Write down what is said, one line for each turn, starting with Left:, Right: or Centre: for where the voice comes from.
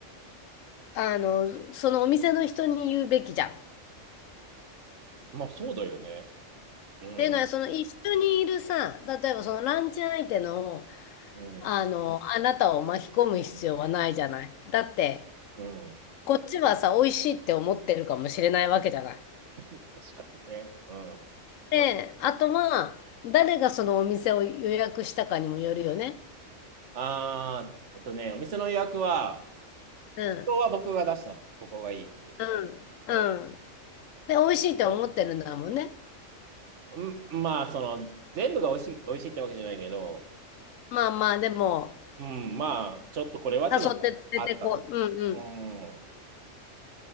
Left: あの、そのお店の人に言うべきじゃん。っ
Right: まあ、そうだよね。うん。
Left: ていうのは、その一緒にいるさ、例えばそのランチ相手の、
Right: うん。
Left: あの、あなたを巻き込む必要はないじゃない。だって、
Right: うん。
Left: こっちはさ、美味しいって思ってるかもしれないわけじゃない。
Right: 確かにね。うん。
Left: で、あとは、誰がそのお店を予約したかにもよるよね。
Right: あー、えっとね、お店の予約は、
Left: うん、
Right: 今日は僕が出したの。ここがいいって。
Left: うん、うん。
Right: うん。
Left: で、美味しいって思ってるんだもんね。
Right: うん、まあ、その、全部が美味しい、美味しいってわけじゃないけど、
Left: まあまあ、でも、
Right: うん、まあ、ちょっとこれはっていうのがあったの。
Left: 誘って連れてこう。うん
Right: うん。